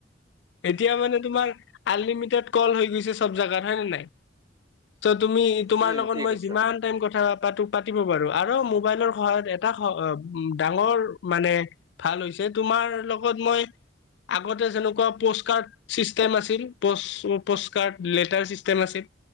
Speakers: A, on the left; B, on the right.
A: এতিয়া মানে তোমাৰ আনলিমিটেড কল হৈ গৈছে চব জাগাত হয় ন নাই। তুমি তোমাৰ
B: উম
A: লগত
B: ঠিক
A: মই
B: আছে
A: যিমান টাইম কথা প পাতিব পাৰো আৰু মোবাইলৰ সহায়ত এটা। উ ডাঙৰ মানে ভাল হৈছে তোমাৰ লগত মই। আগতে যেনেকুৱা। পষ্ট কাৰ্ড চিষ্টেম আছিল পষ্ট কাৰ্ড লেটাৰ চিষ্টেম আছিল।